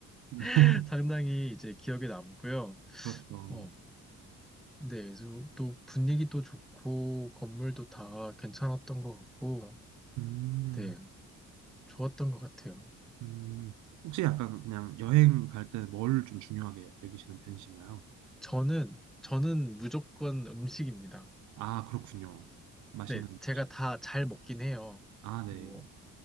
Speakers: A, on the right; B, in the centre.
A: <laughs>
B: <laughs> 상당히 이제 기억에 남고요.
A: 그렇죠.
B: 어, 네, 그래서 또 분위기도 좋고 건물도 다 괜찮았던 것 같고,
A: 음,
B: 네, 좋았던 것 같아요.
A: 음. 혹시 약간 그냥 여행 갈 때 뭘 좀 중요하게 여기시는 편이신가요?
B: 저는 저는 무조건 음식입니다.
A: 아, 그렇군요. 맛있는
B: 네,
A: 음식.
B: 제가 다 잘 먹긴 해요.
A: 아, 네.
B: 뭐